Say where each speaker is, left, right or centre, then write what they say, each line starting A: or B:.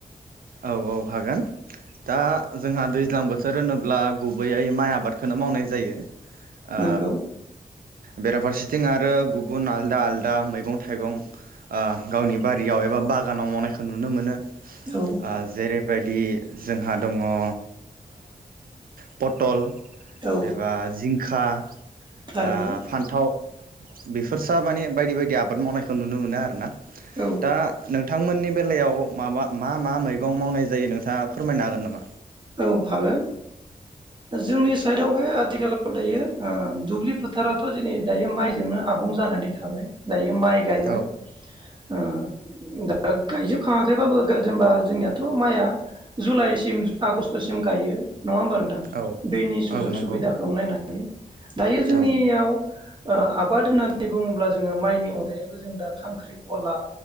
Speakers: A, on the right; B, on the right.
A: औ औ हागोन। दा जोंहा दैज्लां बोथोर होनोब्ला गुबैयै माइ आबादखौनो मावनाय जायो। ओ।
B: नंगौ
A: बेराफारसेथिं आरो गुबुन आलदा आलदा मैगं-थाइगं ओ गावनि बारियाव एबा बागानाव मावनायखौ नुनो मोनो। ओ
B: औ
A: जेरैबायदि जोंहा दङ ओ। पथल
B: औ
A: एबा जिं खा
B: थारैनो
A: ओ फान्थाव बेफोरसो माने बायदि बायदि आबाद मावनायखौ नुनो मोनो आरो ना।
B: औ
A: दा नों बिथांमोननि बेलायाव माबा मा मा मैगं मावनाय जायो नोंथाङा फोरमायनो हागोन नामा?
B: औ हागोन जोंनि साइदावहाय आथिखालाव दायो ओ दुब्लि फोथाराथ' दिनै दायो माइजोंनो आबुं जानानै थाबाय। दायो माइ गायबाय।
A: औ
B: ओ दा गायजोब खाङाखैबाबो जेनेबा जोंनियाथ' माइया जुलाइसिम आगस्ट'सिम गायो। नङा होमबा नोंथां
A: औ
B: दैनि सुजुग
A: औ नंगौ
B: सुबिदाखौ नायनानै। दायो जोंनियाव
A: औ
B: ओ आबाद होननानै बुङोब्ला- जोङो माइनि अनगायैबो जों दा खांख्रि खला